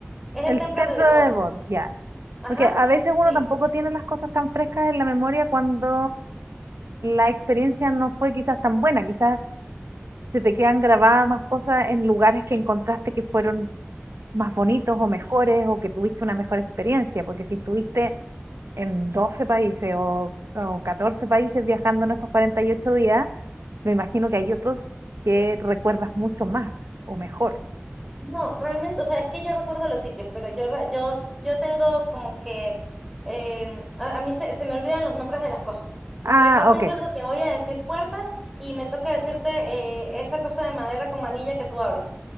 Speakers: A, in the centre; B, on the right (about 75°).
A: es el
B: el
A: templo
B: templo
A: de Devot.
B: de Debod, ya.
A: Ajá,
B: Porque a veces
A: sí.
B: uno tampoco tiene las cosas tan frescas en la memoria cuando la experiencia no fue quizás tan buena. Quizás se te quedan grabadas más cosas en lugares que encontraste que fueron más bonitos o mejores o que tuviste una mejor experiencia. Porque si estuviste en 12 países o, o 14 países viajando en estos 48 días, me imagino que hay otros que recuerdas mucho más o mejor.
A: No, realmente, o sea, es que yo recuerdo los sitios, pero yo, re- yo, s- yo tengo como que em, a, a mí se, se me olvidan los nombres de las cosas.
B: Ah,
A: Me pasa
B: ok.
A: incluso que voy a decir puerta y me toca decirte eh, esa cosa de madera con manilla que tú abres.